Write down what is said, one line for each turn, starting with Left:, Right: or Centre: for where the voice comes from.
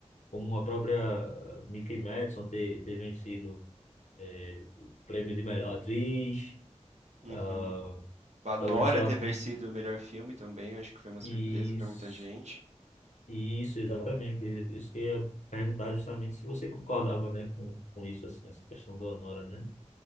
Left: como a própria Mickey Madison ter, ter vencido é, o prêmio de melhor atriz,
Right: uhum.
Left: ah,
Right: A Nora
Left: talvez só
Right: ter vencido
Left: com
Right: o melhor filme também, acho que foi uma
Left: isso,
Right: surpresa pra muita gente.
Left: isso exatamente. Isso que eu ia perguntar justamente se você concordava, né, com, com isso assim, essa questão do Anora, né?